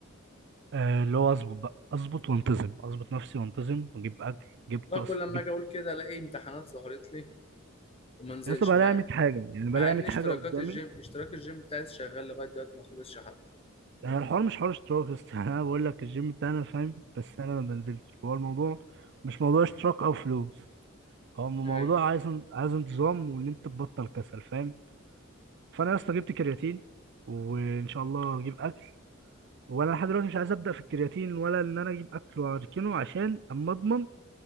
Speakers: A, on the right; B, on the left.
A: آه اللي هو أظبط بقى أظبط وأنتظم أظبط نفسي وأنتظم وأجيب أكل جبت
B: والله
A: أصل
B: كل لما
A: جبت
B: أجي أقول كده ألاقي امتحانات ظهرت لي وما انزلش
A: يا اسطى بلاقي
B: مع
A: 100 حاجة يعني بلاقي
B: مع إن
A: 100 حاجة
B: اشتراكات
A: قدامي
B: الجيم اشتراك الجيم بتاعي شغال لغاية دلوقتي ما خلصش حتى
A: يعني الحوار مش حوار اشتراك بس يعني <laughs> انا بقول لك الجيم بتاعنا فاهم بس انا ما بنزلش هو الموضوع مش موضوع اشتراك او فلوس هو موضوع
B: ايوه
A: عايز عايز انتظام وان انت تبطل كسل فاهم فانا يا اسطى جبت كرياتين وان شاء الله اجيب اكل وانا لحد دلوقتي مش عايز ابدا في الكرياتين ولا ان انا اجيب اكل واركنه عشان اما اضمن